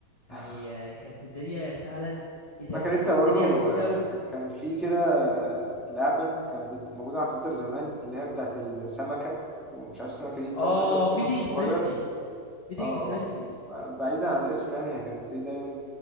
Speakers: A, on the left (about 25°); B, in the centre.
A: يعني
B: <laughs>
A: آه، كانت الدنيا فعلا ايه ده
B: فاكر
A: كانت
B: أنت برضه
A: الدنيا بسيطه
B: آه،
A: قوي
B: كان في كده آه، لعبة كانت بت- موجودة على الكمبيوتر زمان اللي هي بتاعت السمكة ومش عارف السمكة دي بتقعد
A: اه
B: تاكل السمك
A: فيدينج
B: الصغير
A: فرينزي فيدينج
B: اه
A: فرينزي
B: آه. بعيدا عن الاسم يعني هي كانت ايه دايما